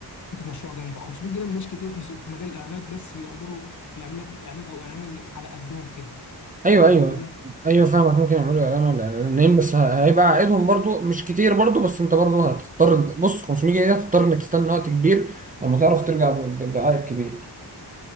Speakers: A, on the left (about 45°); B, on the right (about 20°).
A: فكره مشروع جامده 500 جنيه مش كتير في سوق- في مجال الاعلانات بس يقدروا يعملوا لك اعلان او اعلان على قدهم كده
B: ايوه
A: يعملوا
B: ايوه
A: لك
B: ايوه فاهمك ممكن يعملوا اعلان ولا اعلانين بس ه- هيبقى عائدهم برضو مش كتير برضو بس انت برضو هتضطر بص 500 جنيه ده هتضطر انك تستنى وقت كبير لما تعرف ترجع ب- ب- بعائد كبير